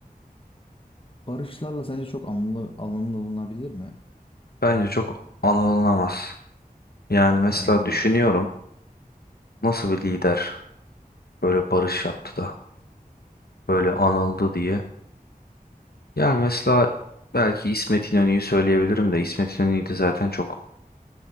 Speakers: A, on the left; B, on the left.
A: Barışlarla sence çok anla- anılınabilir mi?
B: Bence çok anılmaz. Yani mesela
A: Bence
B: düşünüyorum.
A: de.
B: nasıl bir lider böyle barış yaptı da böyle anıldı diye. Yani mesela belki İsmet İnönü'yü söyleyebilirim de İsmet İnönü'yü de zaten çok